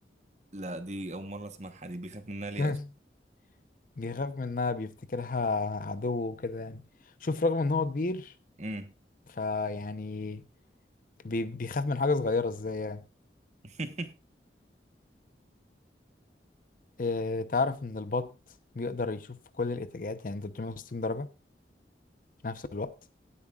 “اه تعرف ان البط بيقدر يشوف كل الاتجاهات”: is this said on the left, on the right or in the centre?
Left